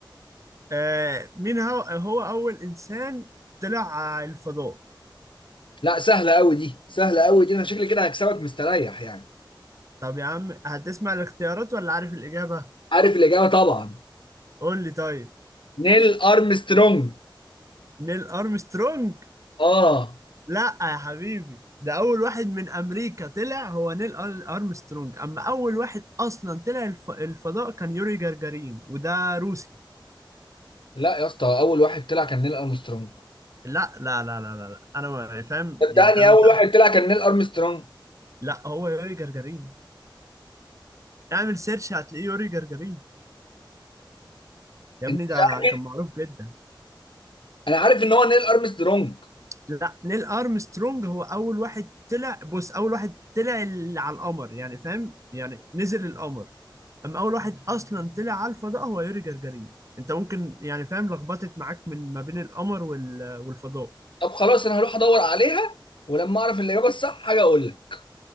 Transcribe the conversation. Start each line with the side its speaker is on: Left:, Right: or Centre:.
Right: آه... مين هو هو أول إنسان طلع على الفضاء
Left: لا سهله قوي دي سهله قوي دي انا شكلي كده هكسبك مستريح يعني
Right: طب يا عم هتسمع الاختيارات ولا عارف الإجابة
Left: عارف الاجابه طبعا
Right: قول لي طيب
Left: نيل ارمسترونج
Right: نيل ارمسترونج
Left: اه
Right: لا يا حبيبي ده اول واحد من امريكا طلع هو نيل أر- ارمسترونج اما اول واحد اصلا طلع الف... الفضاء كان يوري جagarin وده روسي
Left: لا يا اسطى اول واحد طلع كان نيل ارمسترونج
Right: لا لا لا لا لا, لا. انا ما يعني، فاهم
Left: صدقني
Right: يعني انا متأكد
Left: اول واحد طلع كان نيل ارمسترونج
Right: لا هو يوري جagarin اعمل سيرش هتلاقيه يوري جagarin يا ابني
Left: انت
Right: ده
Left: متاكد
Right: كان معروف جدا
Left: انا عارف ان هو نيل ارمسترونج
Right: لا نيل ارمسترونج هو اول واحد طلع بص اول واحد طلع ال- على القمر يعني فاهم يعني نزل القمر اما اول واحد اصلا طلع الفا ده هو يوري جرجرين انت ممكن يعني فاهم لخبطت معاك من ما بين القمر وال... والفضاء
Left: طب خلاص انا هروح ادور عليها ولما اعرف الاجابه الصح حاجه اقول لك